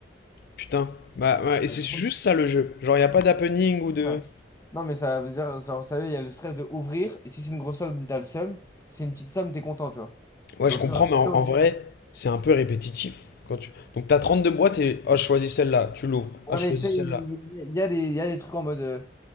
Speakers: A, on the left; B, on the left.
A: Putain. Bah, ouais,
B: Et
A: et c'est
B: en gros,
A: juste ça le jeu. Genre, il n'y a pas d'happening ou de.
B: Ah. Non, mais ça veut dire, genre, vous savez, il y a le stress de ouvrir, et si c'est une grosse somme, t'as le seum, si c'est une petite somme, t'es content, tu vois.
A: Ouais,
B: Et
A: je
B: au
A: comprends,
B: fur et à
A: mais en,
B: mesure,
A: en vrai,
B: je-
A: c'est un peu répétitif. Quand tu... Donc, t'as 32 boîtes et. Ah, je choisis celle-là. Tu l'ouvres.
B: ouais,
A: Ah, je
B: mais
A: choisis
B: tu sais,
A: celle-là.
B: il y a des, il y a des trucs en mode, euh,